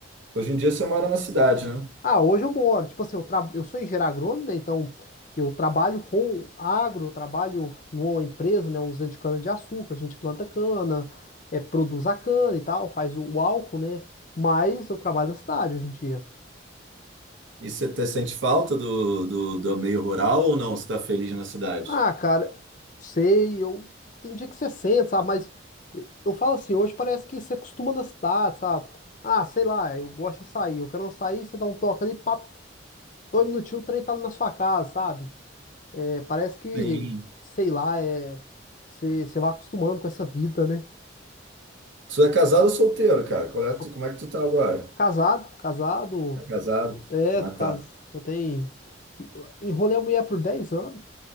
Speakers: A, on the right (about 75°); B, on the left (about 40°).
A: hoje em dia você mora na cidade, né?
B: Ah, hoje eu moro. Tipo assim, eu, tra... eu sou engenheiro agrônomo, né? Então eu trabalho com agro, eu trabalho numa empresa, né? Usando de cana-de-açúcar, a gente planta cana, é, produz a cana e tal, faz o o álcool, né? Mas eu trabalho na cidade hoje em dia.
A: E você te- sente falta do, do, do meio rural ou não? Você tá feliz na cidade?
B: Ah, cara, sei, eu tem dia que você sente, sabe? Mas eu falo assim, hoje parece que você acostuma na cidade, sabe? Ah, sei lá, eu gosto de sair, eu quero uma sair, você dá um toque ali, papo, dois minutinhos, o trem tá na sua casa, sabe? É, parece que,
A: Sim.
B: sei lá, é, você, você vai acostumando com essa vida, né?
A: Tu é casado ou solteiro, cara? Qual é
B: Sou
A: tu- como é que tu tá agora?
B: casado, casado,
A: Tá casado?
B: é,
A: Ah,
B: tô
A: tá.
B: casado,
A: <laughs>
B: eu tenho, enrolei a mulher por 10 anos,